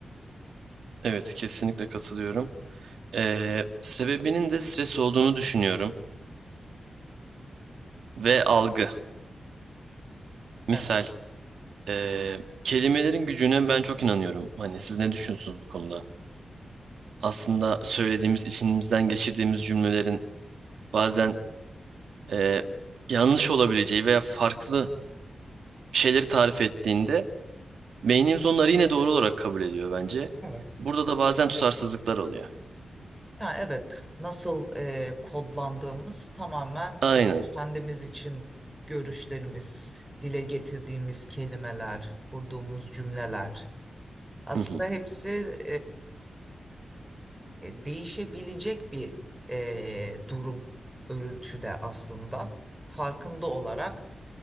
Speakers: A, on the right; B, in the centre.
A: Evet, kesinlikle katılıyorum. Ee, sebebinin de stres olduğunu düşünüyorum ve algı. Misal,
B: Evet.
A: ee, kelimelerin gücüne ben çok inanıyorum. Hani siz ne düşünüyorsunuz bu konuda? Aslında söylediğimiz, içimizden geçirdiğimiz cümlelerin bazen ee, yanlış olabileceği veya farklı şeyleri tarif ettiğinde beynimiz onları yine doğru olarak kabul ediyor bence.
B: Evet.
A: Burada da bazen tutarsızlıklar oluyor.
B: Ya evet, nasıl e, kodlandığımız tamamen
A: Aynen.
B: e, kendimiz için görüşlerimiz, dile getirdiğimiz kelimeler, kurduğumuz cümleler. Aslında
A: Hı hı.
B: hepsi e, e, değişebilecek bir e, durum örüntüde aslında. Farkında olarak